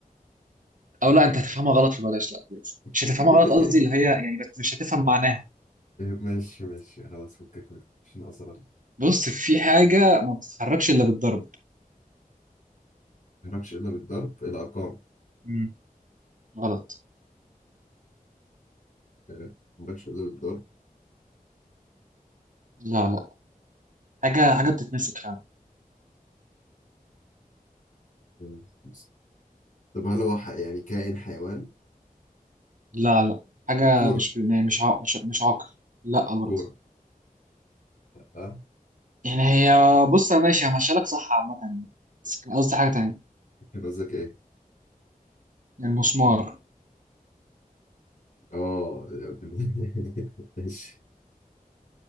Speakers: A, on the right; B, on the left.
A: أو لا أنت هتفهمها غلط فبلاش لا بلاش مش
B: <laughs>
A: هتفهمها غلط قصدي اللي هي يعني بس مش هتفهم معناها
B: ماشي ماشي خلاص فكك منك مش ناقصة ما
A: بص في حاجة ما بتتحركش إلا بالضرب
B: تهربش الا بالضرب الارقام
A: مم. غلط
B: آه، مالكش إلا بالضرب
A: لا لا حاجة حاجة بتتمسك فعلا
B: آه، خمسة. طب هل هو ح- يعني كائن حيوان
A: لا لا حاجة
B: الكورة
A: مش يعني مش عق... مش مش عاقل لا
B: الكورة
A: برضه
B: اه
A: يعني هي بص يا ماشي همشيلك صح عامة بس كان قصدي حاجة تانية
B: كان قصدك ايه؟
A: المسمار
B: اه <laughs> ماشي